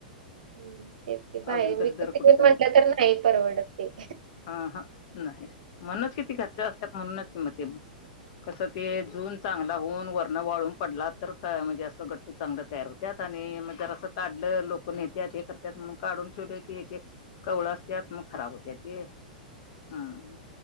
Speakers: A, on the right; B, on the left.
A: हूं तेच की बाहेरं
B: अजून तरी
A: विकत
B: दर
A: <unintelligible>
B: कुठं
A: म्हनलं तर नाही परवडत ते.
B: आ हा नाही म्हणूनच कि ती घरचे असत्यांत, म्हणूनच मं ते कसं ते जून. चांगला होऊन वरण वाळून पडला तर काय म्हणजे असं गट्टू चांगलं तयार होत्यांत, आणि म जर असं. काढलं लोक नेत्यात हे करत्यांत म्हणून काढून ठुवले होते एकएक. कवळ असत्यात मग खराब होत्या ते हं!